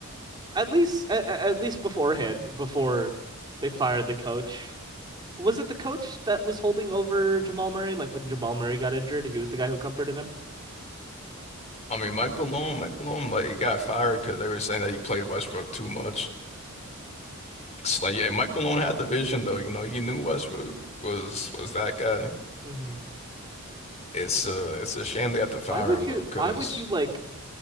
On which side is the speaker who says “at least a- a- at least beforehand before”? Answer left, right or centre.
Right